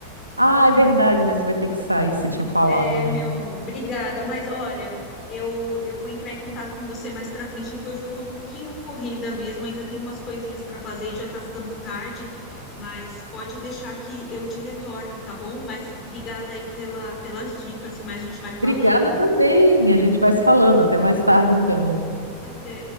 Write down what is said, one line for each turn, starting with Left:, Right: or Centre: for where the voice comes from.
Right: Ah, é verdade, né? Você vai ter que sair, você tinha falado,
Left: é, meu
Right: né?
Left: amor, obrigada. Mas olha, eu, eu vou entrar em contato com você mais pra frente, é que hoje eu tô um pouquinho corrida mesmo, ainda tenho umas coisinhas pra fazer e já tá ficando tarde, mas pode deixar que eu te retorno, tá bom? Mas obrigada aí pela, pelas dicas, mas a gente vai falando.
Right: Obrigada também. A gente vai se falando. Até mais tarde, então.
Left: Até.